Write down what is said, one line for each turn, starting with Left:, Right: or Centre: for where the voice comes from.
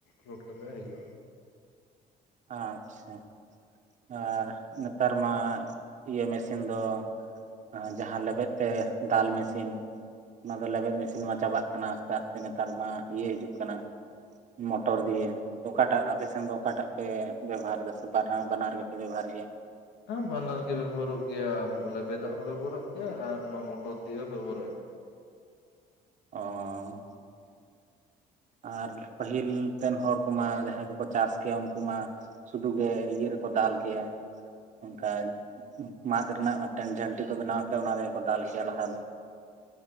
Left: ᱞᱳᱰ ᱠᱟᱛᱮᱫ ᱦᱤᱡᱩᱜᱼᱟ।
Right: ᱟᱪᱪᱷᱟ ᱟᱨ ᱱᱮᱛᱟᱨ ᱢᱟ ᱤᱭᱟᱹ ᱢᱮᱥᱤᱱ ᱫᱚ ᱟ ᱡᱟᱦᱟ ᱞᱮᱵᱮᱫ ᱛᱮ ᱫᱟᱞ ᱢᱮᱥᱤᱱ। ᱚᱱᱟ ᱫᱚ ᱞᱮᱵᱮᱫ ᱢᱮᱥᱤᱱ ᱢᱟ ᱪᱟᱵᱟᱜ ᱠᱟᱱᱟ ᱟᱥᱛᱮ ᱟᱥᱛᱮ ᱱᱮᱛᱟᱨ ᱢᱟ ᱤᱭᱟᱹ ᱦᱤᱡᱩᱜ ᱠᱟᱱᱟ ᱢᱚᱴᱚᱨ ᱫᱤᱭᱮ, ᱚᱠᱟᱴᱟᱜ ᱟᱯᱮᱥᱱ ᱫᱚ ᱚᱠᱟᱴᱟᱜ ᱯᱮ ᱵᱮᱵᱚᱦᱟᱨ ᱫᱟᱥᱮ ᱵᱟᱱᱟᱨ ᱵᱟᱱᱟᱨ ᱜᱮᱯᱮ ᱵᱮᱵᱚᱦᱟᱨ ᱜᱮᱭᱟ?
Left: ᱦᱮ ᱵᱟᱱᱟᱨ ᱜᱮ ᱵᱮᱵᱚᱦᱟᱨᱚᱜ ᱜᱮᱭᱟ, ᱞᱮᱵᱮᱫᱟᱜ ᱦᱚᱸ ᱵᱮᱵᱚᱦᱟᱨᱚᱜ ᱜᱮᱭᱟ ᱟᱨ ᱱᱚᱣᱟ ᱢᱚᱴᱚᱨ ᱫᱤᱭᱮ ᱦᱚᱸ ᱵᱮᱵᱚᱦᱟᱨᱚᱜ ᱜᱮᱭᱟ।
Right: ᱚ ᱟᱨ ᱯᱟᱹᱦᱤᱞ ᱛᱮᱱ ᱦᱚᱲ ᱠᱚᱢᱟ ᱡᱟᱦᱟᱸᱭ ᱠᱚᱠᱚ ᱪᱟᱥ ᱠᱮᱭᱟ ᱩᱱᱠᱩ ᱢᱟ- ᱥᱩᱫᱷᱩ ᱜᱮ ᱤᱭᱟᱹ ᱨᱮᱠᱚ ᱫᱟᱞ ᱠᱮᱭᱟ ᱚᱱᱠᱟ ᱢᱟᱫ ᱨᱮᱱᱟᱜ ᱢᱤᱫᱴᱮᱱ ᱡᱷᱟᱹᱱᱴᱤ ᱠᱚ ᱵᱮᱱᱟᱣ ᱠᱮᱭᱟ ᱚᱱᱟ ᱨᱮᱜᱮ ᱠᱚ ᱫᱟᱞ ᱠᱮᱭᱟ ᱞᱟᱦᱟ ᱫᱚ।